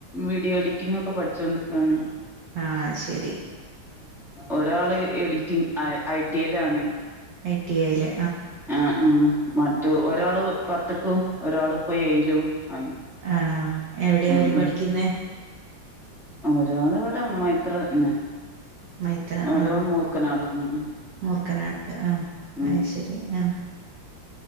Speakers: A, in the centre; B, on the right.
A: വീഡിയോ എഡിറ്റിംങ്ങ് ഒക്കെ പഠിച്ചോണ്ട് നിക്കാണ്
B: ആ അത് ശരി
A: ഒരാള് editing I, I. T. A ലാണ്
B: ഐ. ടി. ഐ യില്
A: ആ ആഹ് മറ്റു ഒരാള് പത്ത്ക്കും ഒരാള് ഇപ്പോ ഏയിലും ആയി
B: ആ എവിടെയാ
A: ഉം
B: അവര് പഠിക്കുന്നേ
A: ഉം ഒരാള് ഇവിടെ മൈത്രന്നെ
B: മൈത്ര
A: ഒരാള്
B: ആഹ്
A: മൂർക്കനാട് ഉം ഉം
B: മൂർക്കനാട് ആഹ്
A: ഉം
B: അയ്ശരി ആഹ്